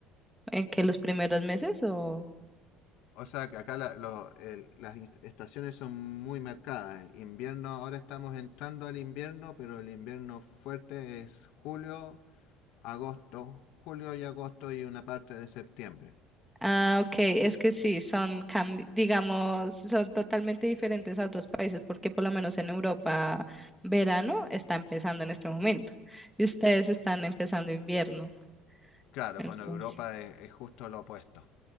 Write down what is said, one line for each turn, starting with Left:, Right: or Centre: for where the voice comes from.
Centre: en que los primeros meses o...
Left: O sea, que acá la- los- el- las estaciones son muy marcadas. Invierno, ahora estamos entrando al invierno, pero el invierno fuerte es julio, agosto, julio y agosto y una parte de septiembre.
Centre: Ah, ok, es que sí, son, cambi- digamos, son totalmente diferentes a otros países, porque por lo menos en Europa verano está empezando en este momento y ustedes están empezando invierno.
Left: Claro,
Centre: Entonces,
Left: con Europa es, es justo lo opuesto.